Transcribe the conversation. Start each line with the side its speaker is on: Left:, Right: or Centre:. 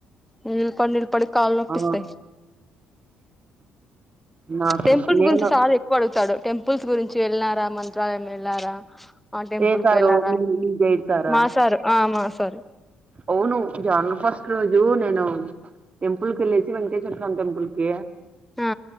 Centre: ఉమ్ కొన్నిలిపడి కాళ్ నొప్పిస్తాయి
Right: ఆ నాకు
Centre: టెంపుల్స్
Right: నేను
Centre: గురించి చాలా ఎక్కువ అడుగుతడు టెంపుల్స్ గురించి వెళ్ళినారా మంత్రాలయం ఎలారా ఆ టెంపుల్
Right: ఏ సారు
Centre: కు వెళ్ళారా
Right: మీ మీ గైడ్ సారా
Centre: మాసారు ఆ మాసారు
Right: అవును జనవరి ఫస్ట్ రోజు నేను టెంపుల్ కి ఎల్లేసి వెంకటేశ్వర స్వామి టెంపుల్ కి
Centre: ఆ